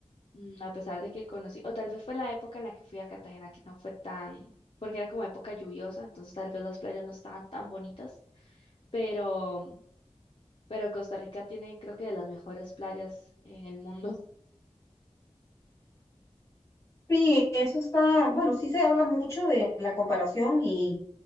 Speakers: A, on the left; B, on the left.
A: Mm, A pesar de que conocí, o tal vez fue la época en la que fui a Cartagena que no fue tan, porque era como época lluviosa, entonces tal vez las playas no estaban tan bonitas, pero, pero Costa Rica tiene creo que de las mejores playas en el mundo. <laughs>
B: Sí, eso está, bueno, sí se habla mucho de la comparación y